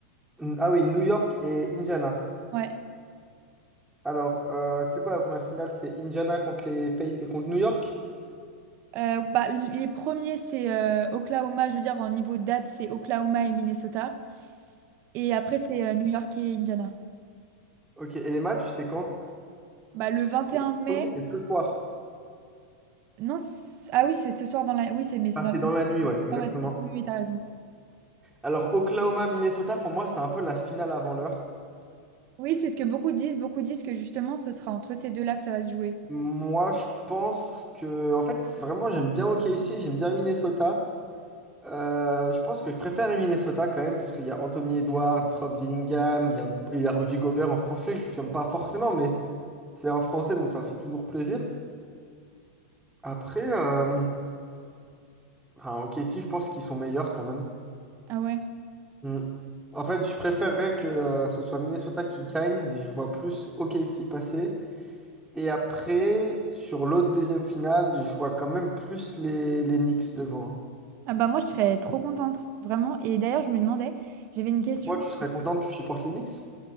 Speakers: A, in the centre; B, on the right.
A: N- Ah oui, New York et Indiana.
B: Ouais.
A: Alors, euh, c'est quoi la première finale? C'est Indiana contre les pays... contre New York?
B: Euh, bah, les premiers, c'est euh, Oklahoma, je veux dire, en niveau date, c'est Oklahoma et Minnesota. Et après, c'est euh, New York et Indiana.
A: Ok, et les matchs, c'est quand?
B: Bah, le vingt et un
A: Le
B: mai,
A: Premier, c'est ce soir.
B: non, c'est- ah oui, c'est ce soir dans la... Oui, c'est mais c'est
A: Ah,
B: dans
A: c'est dans
B: la...
A: la nuit, ouais, exactement.
B: Ah ouais, c'est- oui, oui, t'as raison.
A: Alors, Oklahoma, Minnesota, pour moi, c'est un peu la finale avant l'heure.
B: Oui, c'est ce que beaucoup disent. Beaucoup disent que justement, ce sera entre ces deux-là que ça va se jouer.
A: Moi, je pense que, en fait, c'est vraiment, j'aime bien OKC, j'aime bien Minnesota. Euh, je pense que je préfère Minnesota quand même, parce qu'il y a Anthony Edwards, Rob Dillingham, il y a, il y a Rudy Gobert en français, que j'aime pas forcément, mais C'est un Français, donc ça fait toujours plaisir. Après, euh, enfin, ok, si je pense qu'ils sont meilleurs quand même.
B: Ah ouais.
A: Mm. En fait, je préférerais que euh, ce soit Minnesota qui gagne, mais je vois plus OKC passer. Et après, sur l'autre deuxième finale, je vois quand même plus les, les Knicks devant.
B: Ah bah moi, je serais trop contente, vraiment. Et d'ailleurs, je me demandais, j'avais une question,
A: Toi, tu serais content, tu supportes les Knicks?